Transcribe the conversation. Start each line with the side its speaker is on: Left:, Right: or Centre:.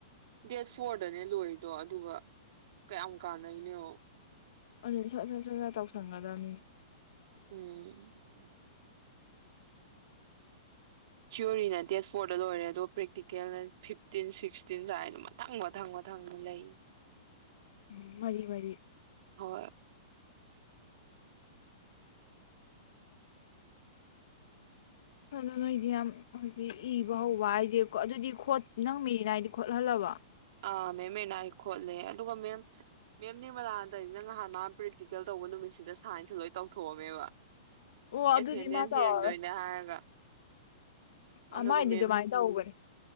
Right: ꯗꯦꯠ ꯐꯣꯔꯗꯅꯦ ꯂꯣꯏ ꯑꯗꯣ ꯑꯗꯨꯒ ꯀꯌꯥꯝ ꯀꯥꯟꯅꯩꯅꯣ
Left: ꯑꯗꯨꯗꯤ ꯁꯠ ꯁꯠ ꯁꯠ ꯁꯠ ꯇꯧꯁꯟꯒꯗꯕꯅꯤ
Right: ꯎꯝ ꯊꯤꯑꯣꯣꯔꯤꯅ ꯗꯦꯠ ꯐꯣꯔꯗ ꯂꯣꯏꯔꯦ ꯑꯗꯣ ꯄ꯭ꯔꯦꯛꯇꯤꯀꯦꯜꯅ ꯐꯤꯞꯇꯤꯟ ꯁꯤꯛꯁꯇꯤꯟ ꯁꯨꯥꯏꯅ ꯃꯊꯪ ꯃꯊꯪ ꯃꯊꯪ ꯂꯩ
Left: ꯎꯝ ꯃꯔꯤ ꯃꯔꯤ
Right: ꯍꯣꯏ
Left: ꯑꯗꯨ ꯅꯣꯏꯗꯤ ꯌꯥꯝ ꯍꯧꯖꯤꯛ ꯏꯕ ꯍꯧꯕ ꯍꯥꯏꯁꯦꯣ ꯑꯗꯨꯗꯤ ꯅꯪ ꯃꯤꯔꯤꯅ ꯍꯥꯏꯗꯤ ꯈꯣꯠꯍꯜꯂꯕ
Right: ꯑ ꯃꯦꯝ ꯃꯦꯅꯥꯔꯤ ꯈꯣꯠꯂꯦ ꯑꯗꯨꯒ ꯃꯦꯝ ꯃꯦꯝ ꯅꯤꯔꯃꯂꯥ ꯑꯟꯗꯅꯤꯅ ꯅꯍꯥꯟ ꯃꯥ ꯄ꯭ꯔꯦꯛꯇꯤꯀꯦꯜ ꯇꯧꯕ ꯅꯨꯃꯤꯠꯁꯤꯗ ꯁꯥꯏꯟꯁꯇ ꯂꯣꯏ ꯇꯧꯊꯣꯛꯑꯝꯃꯦꯕ
Left: ꯑꯣ ꯑꯗꯨꯗꯤ
Right: ꯑꯦꯇꯦꯟꯗꯦꯟꯁ
Left: ꯃꯥ ꯇꯧꯔꯔꯣꯏ
Right: ꯌꯦꯡꯗꯣꯏꯅꯦ ꯍꯥꯏꯔꯒ
Left: ꯑꯣ
Right: ꯑꯗꯨꯒ
Left: ꯃꯥꯏꯗꯤ
Right: ꯃꯦꯝ
Left: ꯑꯗꯨꯃꯥꯏꯅ ꯇꯧꯕꯅꯤ